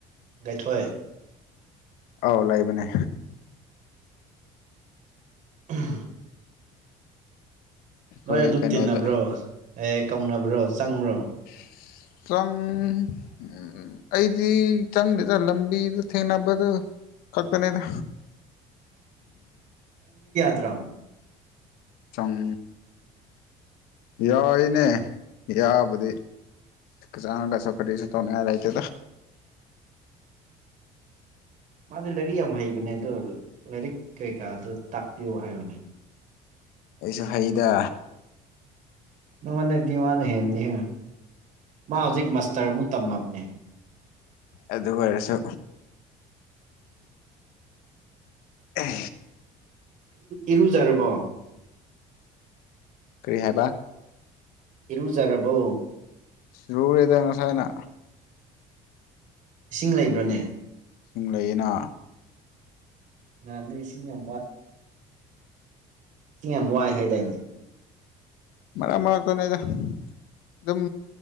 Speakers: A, on the right; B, on the left.
A: ꯒꯥꯏꯊꯣꯏ
B: ꯑꯥꯎ ꯂꯥꯏꯕꯅꯦ
A: ꯎꯝ
B: ꯑꯩꯈꯣꯏ
A: ꯅꯣꯏ ꯑꯗꯨꯝ
B: ꯀꯩꯅꯣꯗ
A: ꯇꯤꯟꯅꯕ꯭ꯔꯣ ꯑꯦ ꯀꯧꯅꯕ꯭ꯔꯣ ꯆꯪꯕ꯭ꯔꯣ
B: <unintelligible> ꯆꯪ ꯎ ꯑꯩꯗꯤ ꯆꯪꯗꯗ ꯂꯝꯕꯤꯗ ꯊꯦꯡꯅꯕꯗꯣ ꯐꯛꯛꯇ ꯅꯗ
A: ꯀꯠꯇ꯭ꯔꯥ
B: ꯆꯪ ꯌꯥꯏꯅꯦ ꯌꯥꯕꯨꯗꯤ ꯆꯥꯡ ꯀꯁꯣ ꯀꯁꯨ ꯇꯅꯤ ꯍꯥꯏ ꯂꯇꯦ
A: ꯃꯥꯗꯤ ꯂꯥꯏꯔꯤꯛ ꯌꯥꯝ ꯍꯩꯕꯅꯦ ꯑꯗꯣ ꯂꯥꯏꯔꯤꯛ ꯀꯩꯀꯥꯗ ꯇꯥꯛꯄꯤꯌꯣ ꯍꯥꯏꯕꯅꯦ
B: ꯑꯩꯁꯨ ꯍꯩꯗ
A: ꯅꯪꯉꯣꯟ ꯅꯗꯤ ꯃꯥꯅ ꯍꯦꯝꯅꯤꯍꯦ ꯃꯥ ꯍꯧꯖꯤꯛ ꯃꯥꯁꯇꯔꯃꯨꯛ ꯇꯝꯃꯕꯅꯦ
B: ꯑꯗꯨ ꯑꯣꯏꯔꯁꯨ ꯑ
A: ꯏꯔꯨꯖꯔꯕꯣ
B: ꯀꯔꯤ ꯍꯥꯏꯕ
A: ꯏꯔꯨꯖꯔꯕꯣ
B: ꯁꯨꯔꯦꯗ ꯉ ꯁꯥꯏꯅ
A: ꯏꯁꯤꯡ ꯂꯩꯕ꯭ꯔꯅꯦ
B: ꯁꯤꯡ ꯂꯩꯛ ꯑꯩꯅ
A: ꯅꯁꯤꯡꯃ ꯏ ꯌꯥꯝ ꯋꯥꯏ ꯍꯥꯏꯗꯥꯏꯗꯤ
B: ꯃꯔ ꯃꯔꯔꯒꯛꯇꯅꯦꯖ ꯑꯗꯨꯝ